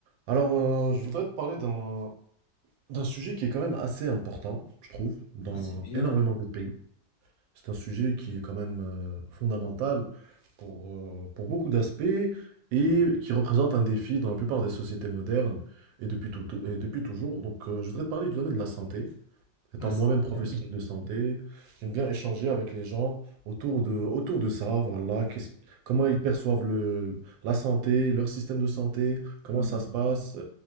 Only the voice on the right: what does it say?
Alors, euh, je voudrais te parler d'un d'un sujet qui est quand même assez important, je trouve, dans
énormément de pays. C'est un sujet qui est quand même euh, fondamental pour, euh, pour beaucoup d'aspects et qui représente un défi dans la plupart des sociétés modernes et depuis tout- et depuis toujours. Donc, euh, je voudrais te parler du domaine de la santé. Étant
moi-même professionnel
de santé, j'aime bien échanger avec les gens autour de, autour de ça, voilà, qu'est-ce- comment ils perçoivent le, la santé, leur système de santé, comment
ça se passe.